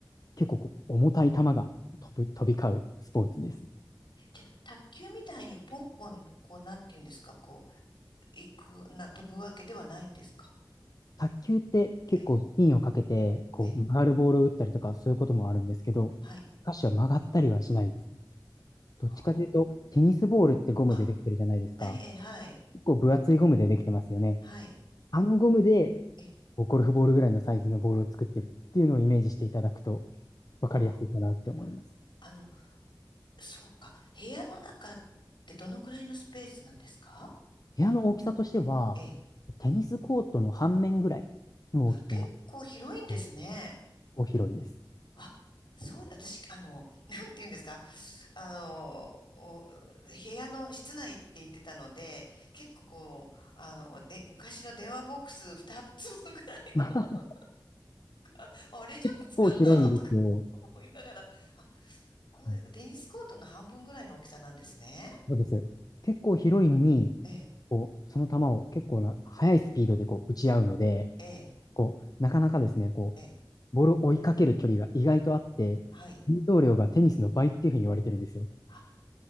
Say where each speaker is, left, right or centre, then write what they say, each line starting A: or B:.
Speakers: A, on the left (about 50°); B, on the left (about 75°).
A: 結構こう重たい球が飛ぶ、飛び交うスポーツです。
B: じゃあ、卓球みたいにポンポン、こう、なんていうんですか、こう、行く、な、飛ぶわけではないんですか
A: 卓球って結構スピンをかけて、
B: ええ、
A: こう曲がるボールを打ったりとかそういうこともあるんですけど、
B: ええ、
A: スカッシュは曲がったりはしないですね。
B: はい。
A: どっちかというと、
B: あー
A: テニスボールってゴムでできてるじゃないですか。
B: あ、ええ、はい、
A: 結構分厚いゴムでできてますよね。
B: はい、
A: あのゴムで、
B: ええ、
A: こうゴルフボールぐらいのサイズのボールを作ってるっていうのをイメージしていただくと分かりやすいかなって思います。
B: あー、あの、そうか。部屋の中ってどのくらいのスペースなんですか
A: 部屋の大きさとしては、
B: ええ。
A: テニスコートの半面ぐらいの大きさ、
B: 結構広いんですね。
A: う広いです。
B: あ、そう、私、あの、<laughs> なんて言うんですか。あの、お部屋の室内って言ってたので、結構こう、あの、で、昔の電話ボックス2つ分ぐらいの、
A: <laughs> まあ、
B: <laughs> あれじゃぶつかるだろうとか
A: 結構広いんですよ。
B: <laughs> 思いながら、あ、
A: はい。
B: そうですか。テニスコートの半分ぐらいの大きさなんですね。
A: そうですよ。結構広いのに、
B: ええ、
A: こう、その球を結構な、速いスピードでこう打ち合うので、
B: ええ、
A: こう、なかなかですね、こ
B: ええ、
A: う、ボールを追いかける距離が意外とあって、
B: はい。
A: 運動量がテニスの倍っていうふうに言われてるんですよ。
B: あ、